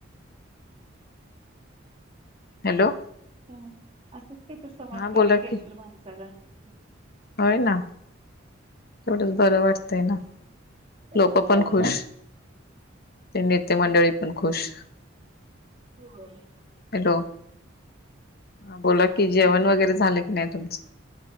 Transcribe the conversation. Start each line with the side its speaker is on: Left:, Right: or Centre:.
Right: हा व्हय.
Left: हॅलो
Right: ह असंच काय तर समाजकार्य
Left: हा बोला
Right: केलं
Left: की
Right: तर माणसाला हम्म.
Left: होय ना तेवढच. खरं वाटतय ना.
Right: होय.
Left: लोक पण खुश. ते नेते मंडळी पण खुश.
Right: व्हय.
Left: हॅलो हा बोला की, जेवण वगै वगैरे झालं की नाही तुमचं?